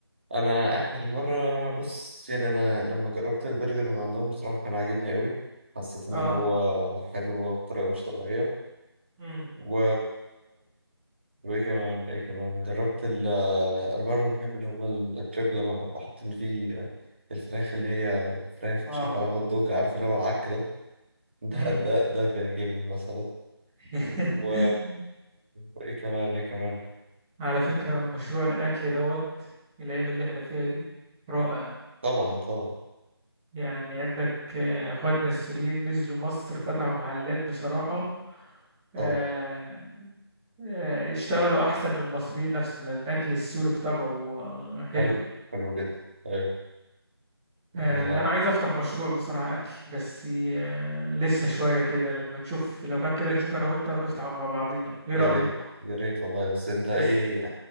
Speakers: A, on the right; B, in the centre.
A: انا اخر مرة بص يعني انا لما جربت البرجر من عندهم بصراحة كان عاجبني قوي حسيت ان
B: اه
A: هو حلو بطريقة مش طبيعية
B: امم
A: و وايه كمان ايه كمان جربت ال انا برضه بحب اللي هو الكريب لما بحب حاطين فيه آه، الفراخ اللي هي فراخ
B: واو
A: مش عارف على هوت دوج عارف اللي هو العك ده ده
B: امم
A: ده, ده بيعجبني مثلا
B: <laughs>
A: و... وايه كمان ايه كمان
B: على فكرة مشروع الأكل دوت الأيام اللي احنا فيها دي رائع
A: طبعا طبعا
B: يعني عندك آه، اخواتنا السوريين نزلوا مصر فتحوا محلات بصراحة آه،
A: طبعا
B: آه، اشتغلوا أحسن من المصريين نفسهم لأن الأكل السوري بطبعه آه، حلو
A: حلو حلو جدا ايوه لا
B: آه،
A: لا
B: أنا عايز أفتح مشروع بصراحة أكل بس آه، لسه شوية كده لما نشوف لو كان كده نشوف أنا وأنت ونفتح مع بعضينا إيه
A: يا
B: رأيك؟
A: ريت يا ريت والله بس انت ايه
B: بس